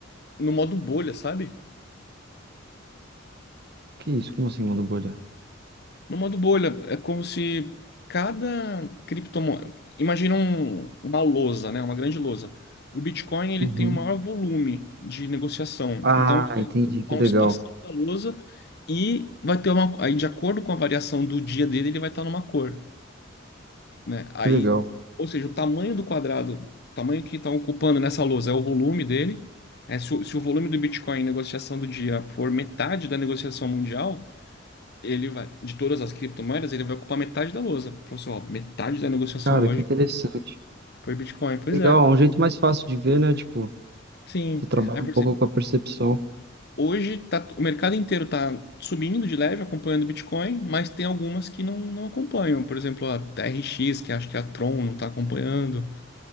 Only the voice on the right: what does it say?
Que isso? Como assim, manda bolha?
Uhum.
Ah,
entendi.
Que legal.
Que legal.
Cara,
que interessante.
Legal,
é um jeito mais fácil de ver, né? Tipo,
você trabalha
um pouco
com a percepção.